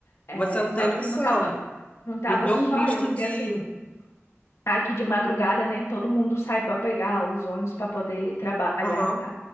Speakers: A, on the left (about 70°); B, on the left (about 25°).
A: É,
B: Você não
A: só
B: tem noção.
A: que não tava, não tava
B: Me deu
A: só
B: um misto
A: eu, porque
B: de
A: assim, tá aqui de madrugada, né, todo mundo sai para pegar os ônibus para poder trabalhar.
B: Aham,